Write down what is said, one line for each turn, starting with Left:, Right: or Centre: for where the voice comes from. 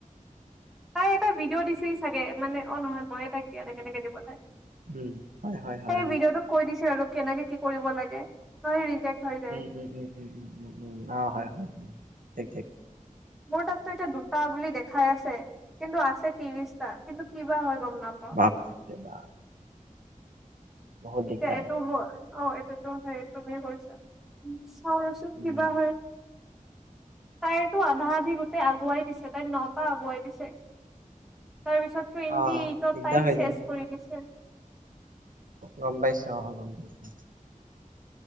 Centre: তাই এটা ভিডিঅ' দিছিল চাগে মানে, অ নহয় মই তাইক দি তেনে কেনেকে দিব।
Right: ওম হয়, হয়, হয়।
Centre: সেই ভিডিঅ'টোত কৈ দিছে আৰু কেনেকে কি কৰিব লাগে নহয় ৰিজেক্ট। হৈ যায়।
Right: উম্ উম্ উম্ উম্ অ হয় হয়। ঠিক ঠিক।
Centre: মোৰ তাততো এতিয়া দুটা বুলি দেখাই আছে। কিন্তু আছে ত্ৰিশটা কিন্তু কিবা হয় গম নাপাওঁ।
Right: বাপ ৰে বাপ বহুত
Centre: এতিয়া
Right: দিগদাৰ।
Centre: এটো হয়। অ এইটোতো সেই তুমি কৰিছা। হয় ৰহচোন
Right: উম।
Centre: কিবা হয়। তাইৰতো আধা আধি গোটেই আগুৱাই দিছে তাইৰ নওটা আগুৱাই দিছে। তাৰ পিছত টুৱেন্টি
Right: অ
Centre: এইটত
Right: দিগদাৰ
Centre: টাইম
Right: হৈ
Centre: চেছ
Right: যায় ন।
Centre: কৰি দিছে।
Right: গম পাইছো অঁ গম পাইছো।